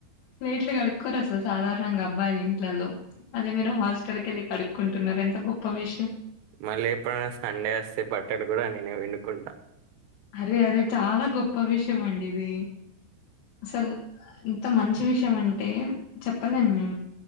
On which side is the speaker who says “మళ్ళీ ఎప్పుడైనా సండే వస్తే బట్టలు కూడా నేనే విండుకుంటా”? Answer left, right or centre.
Right